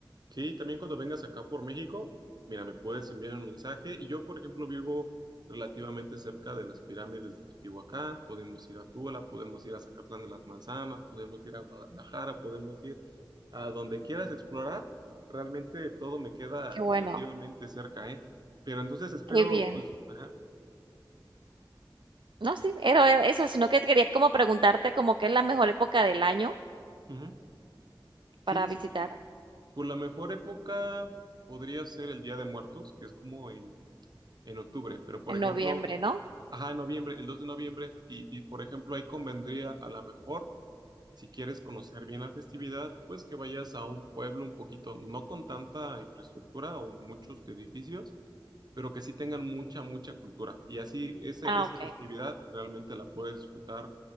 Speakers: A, on the right; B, on the right.
A: Sí, también cuando vengas acá por México, mira, me puedes enviar un mensaje. Y yo, por ejemplo, vivo relativamente cerca de las pirámides de Teotihuacán. Podemos ir a Tula, podemos ir a Zacatlán de las Manzanas, podemos ir a Guadalajara, podemos ir a donde quieras explorar. Realmente todo me queda
B: Qué bueno,
A: relativamente cerca, ¿eh? Pero entonces espero,
B: qué bien.
A: pues, ajá.
B: No, sí, era era eso, sino que quería como preguntarte como qué es la mejor época del año
A: ujú. Sí,
B: para visitar,
A: sí, sí. Pues la mejor época podría ser el Día de Muertos, que es como en, en octubre. Pero, por
B: en
A: ejemplo...
B: noviembre, ¿no?
A: Ajá, en noviembre, el 2 de noviembre. Y, y, por ejemplo, ahí convendría a lo mejor, si quieres conocer bien la festividad, pues que vayas a un pueblo un poquito, no con tanta infraestructura o muchos edificios, pero que sí tengan mucha, mucha cultura. Y así ese-
B: Ah,
A: esa
B: okey.
A: festividad realmente la puedes disfrutar